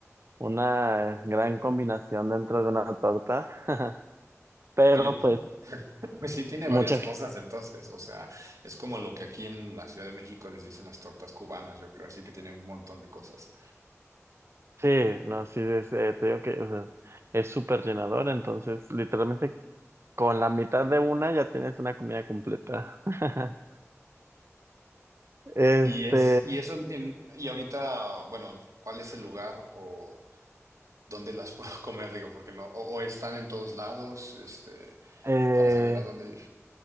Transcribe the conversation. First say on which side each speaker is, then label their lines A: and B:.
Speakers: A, on the right; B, on the right.
A: una gran combinación dentro de una torta, <laughs> pero
B: Oye, <laughs>
A: pues
B: pues sí tiene
A: muchas,
B: varias cosas entonces, o sea, es como lo que aquí en la Ciudad de México les dicen las tortas cubanas, yo creo, así que tiene un montón de cosas.
A: sí, no, sí, es, eh, te digo que o sea, es súper llenador, entonces literalmente con la mitad de una ya tienes una comida completa. <laughs> Este,
B: Y es, y eso en, y ahorita, bueno, ¿cuál es el lugar o dónde las puedo <laughs> comer? Digo, porque no, o, o están en todos lados, este.
A: eh,
B: para saber a dónde ir.